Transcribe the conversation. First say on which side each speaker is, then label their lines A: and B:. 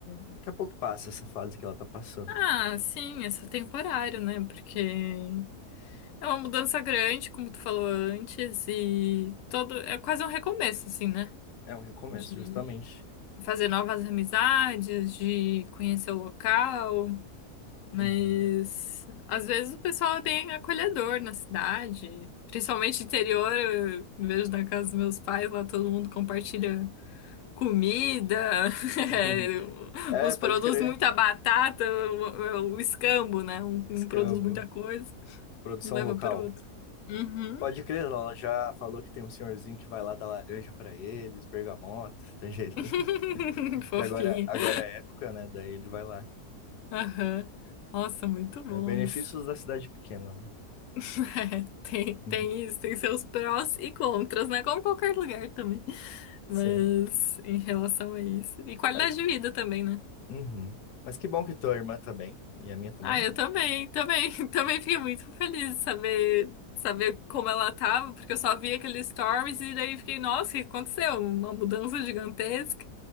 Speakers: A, on the left; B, on the left.
A: Daqui a pouco passa essa fase que ela tá passando.
B: Ah, sim, é só temporário, né? Porque é uma mudança grande, como tu falou antes, e todo é quase um recomeço, assim, né?
A: É um recomeço,
B: De
A: justamente.
B: fazer novas amizades, de conhecer o local. Mas
A: Uhum.
B: às vezes o pessoal é bem acolhedor na cidade, principalmente interior. Eu vejo na casa dos meus pais, lá todo mundo compartilha comida, <laughs>
A: <laughs>
B: é,
A: É,
B: os
A: pode
B: produtos
A: crer.
B: muita batata, o, o escambo, né? Um,
A: Escambo.
B: um produz muita coisa
A: Produção
B: e leva
A: local.
B: pro outro. Uhum.
A: Pode crer, ela já falou que tem um senhorzinho que vai lá dar laranja pra eles, bergamota, <laughs> tangerina.
B: <laughs> Fofinha.
A: Que agora, agora é época, né? Daí ele vai lá.
B: Aham. Nossa, muito bom
A: É, Benefícios
B: isso.
A: da cidade pequena, né?
B: <laughs> É, tem,
A: Uhum.
B: tem isso, tem seus prós e contras, né? Como qualquer lugar também.
A: Sim.
B: Mas em relação a isso. E qualidade
A: Mas,
B: de vida também, né?
A: uhum. Mas que bom que tua irmã tá bem. E a minha também,
B: Ah, eu
A: né?
B: também, também, <laughs> também fiquei muito feliz de saber, saber como ela tava, porque eu só vi aqueles stories e daí fiquei, nossa, o que aconteceu? Uma mudança gigantesca.